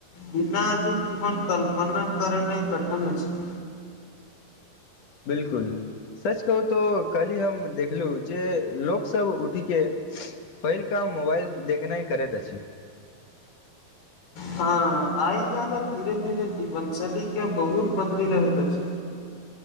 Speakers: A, on the left; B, on the left.
A: बिना अधिक जीवन कल्पना करने कठन होय छै।
B: बिल्कुल। सच कहू तोऽ काल्हि हम देखलहुँ जे लोकसब उठि के पहिलकाम मोबाइल देखनाय करैत अछि
A: हँ आइ यात धीरे धीरे जीवन शैली के बहुत बदली रहल अछि